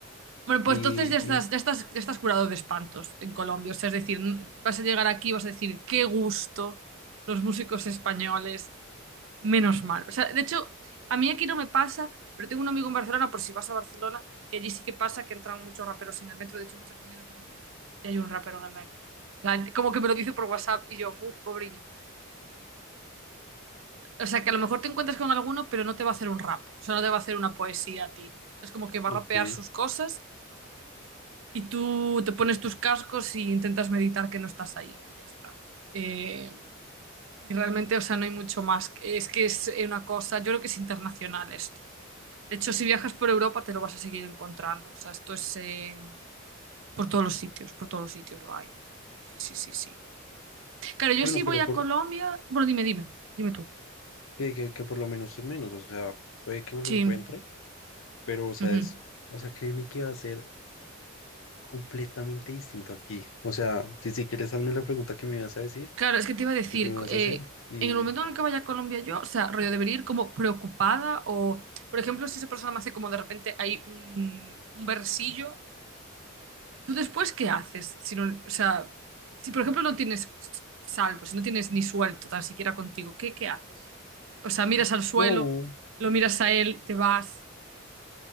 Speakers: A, on the right; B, on the left.
A: Bueno, pues
B: Y,
A: entonces ya estás,
B: y-
A: ya estás, ya estás curado de espantos en Colombia. O sea, es decir, n- vas a llegar aquí y vas a decir, qué gusto los músicos españoles. Menos mal. O sea, de hecho, a mí aquí no me pasa, pero tengo un amigo en Barcelona, por si vas a Barcelona, que allí sí que pasa que entran muchos raperos en el metro. De hecho, muchas mañanas me dice, "Ya hay un rapero en el metro. En plan, Como que me lo dice por WhatsApp y yo, uff, pobriño. O sea, que a lo mejor te encuentras con alguno, pero no te va a hacer un rap, o sea, no te va a hacer una poesía a ti. O sea, es como que va
B: ok.
A: a rapear sus cosas y tú te pones tus cascos y intentas meditar que no estás ahí y ya está. Eh, y realmente, o sea, no hay mucho más. Es que es una cosa, yo creo que es internacional esto. De hecho, si viajas por Europa te lo vas a seguir encontrando. O sea, esto es eh, por todos los sitios, por todos los sitios lo hay. Sí, sí, sí, sí. Claro, yo
B: Bueno,
A: sí
B: pero
A: voy a
B: por,
A: Colombia. Bueno, dime, dime, dime tú.
B: que, que- que por lo menos es menos. O sea, puede que me lo
A: Sí.
B: encuentre, pero o sea,
A: Ujú.
B: es, o sea, créeme que va a ser completamente distinto aquí. O sea, si, si quieres, hazme la pregunta que me vas a decir
A: Claro, es que te iba a decir,
B: o que me vas
A: eh,
B: a hacer. Y
A: en el momento en el que vaya a Colombia yo, o sea, rollo, debería ir como preocupada o, por ejemplo, si esa persona me hace como de repente hay un, un versillo, ¿tú después qué haces? Si no, o sea, si por ejemplo no tienes salvo, si no tienes ni suelto tan siquiera contigo, ¿qué, qué haces? O sea, miras al suelo,
B: no,
A: lo miras a él, te vas.